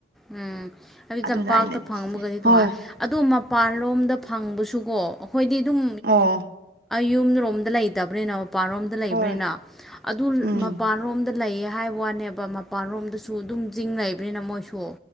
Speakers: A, in the centre; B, on the right (about 55°).
A: ꯎꯝ ꯍꯥꯏꯗꯤ
B: ꯑꯗꯨꯅ
A: ꯇꯝꯄꯥꯛꯇ
B: ꯑꯩꯅ
A: ꯐꯪꯃꯒꯗꯤ ꯇꯣꯉꯥꯏ
B: ꯍꯣꯏ
A: ꯑꯗꯣ ꯃꯄꯥꯟꯂꯣꯝꯗ ꯐꯪꯕꯁꯨꯀꯣ ꯑꯩꯈꯣꯏꯗꯤ ꯑꯗꯨꯝ
B: ꯑꯣ
A: ꯌꯨꯝꯔꯣꯝꯗ ꯂꯩꯇꯕꯅꯤꯅ ꯃꯄꯥꯟꯂꯣꯝꯗ ꯂꯩꯕꯅꯤꯅ
B: ꯍꯣꯏ
A: ꯑꯗꯨ
B: ꯎꯝ
A: ꯃꯄꯥꯟꯂꯣꯝꯗ ꯂꯩꯌꯦ ꯍꯥꯏꯕ ꯋꯥꯅꯦꯕ ꯃꯄꯥꯟꯂꯣꯝꯗꯁꯨ ꯑꯗꯨꯝ ꯆꯤꯡꯅꯕꯅꯤꯅ ꯃꯣꯏꯁꯨ